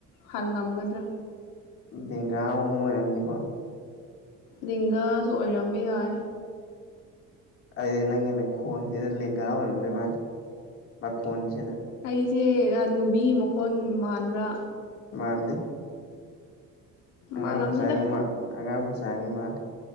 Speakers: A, on the left; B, on the left.
A: ꯍꯜꯂꯝꯒꯗ꯭ꯔꯥ
B: ꯂꯦꯡꯒꯥꯒꯨꯝꯕ ꯑꯣꯏꯔꯝꯅꯤꯀꯣ
A: ꯂꯦꯡꯒꯥꯁꯨ ꯑꯣꯏꯔꯝꯕ ꯌꯥꯏ
B: ꯑꯩꯗꯤ ꯅꯪꯒꯤ ꯅꯈꯣꯟꯁꯤꯗ ꯂꯦꯡꯒꯥ ꯑꯣꯏꯔꯝꯗꯣꯏ ꯃꯥꯜꯂꯤ ꯃꯈꯣꯟꯁꯤꯗ
A: ꯑꯩꯁꯦ ꯍꯅꯨꯕꯤꯒꯤ ꯃꯈꯣꯟ ꯃꯥꯟꯕ꯭ꯔꯥ
B: ꯃꯥꯟꯗꯦ ꯑꯉꯥꯡ
A: ꯃꯥꯜꯂꯝꯅꯤꯗ
B: ꯃꯆꯥꯒꯤ ꯃꯥ ꯑꯉꯥꯡ ꯃꯆꯥꯒꯤ ꯃꯥꯜꯂꯦ